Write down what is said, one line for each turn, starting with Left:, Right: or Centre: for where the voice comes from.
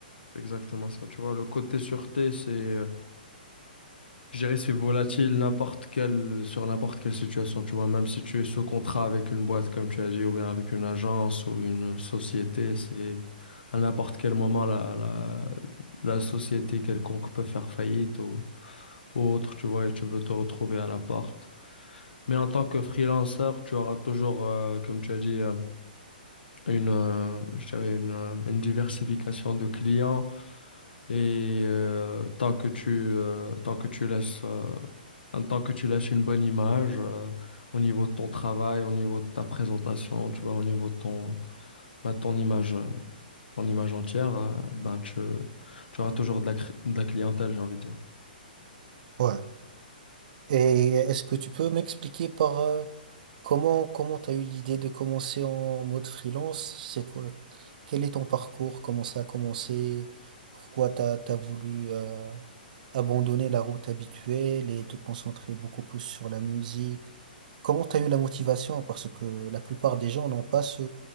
Left: c'est exactement ça. Tu vois, le côté sûreté, c'est, euh, je dirais, c'est volatile n'importe quelle, sur n'importe quelle situation, tu vois. Même si tu es sous contrat avec une boîte, comme tu as dit, ou bien avec une agence ou une société, c'est à n'importe quel moment la, la, la société quelconque peut faire faillite ou ou autre, tu vois, et tu veux te retrouver à l'appart. Mais en tant que freelanceur, tu auras toujours, euh, comme tu as dit, euh, une, euh, je dirais une, euh, une diversification de clients. Et euh, tant que tu, euh, tant que tu laisses, euh, en tant que tu laisses une bonne image euh, au niveau de ton travail, au niveau de ta présentation, tu vois, au niveau de ton, bah, ton image, euh, ton image entière, euh, ben, tu, tu auras toujours de la, cri- de la clientèle, j'ai envie de dire.
Right: Ouais. Et est-ce que tu peux m'expliquer par euh, comment comment t'as eu l'idée de commencer en mode freelance? C'est quoi? Quel est ton parcours? Comment ça a commencé? Pourquoi t'as t'as voulu euh, abandonner la route habituelle et te concentrer beaucoup plus sur la musique? Comment t'as eu la motivation? Parce que la plupart des gens n'ont pas ce,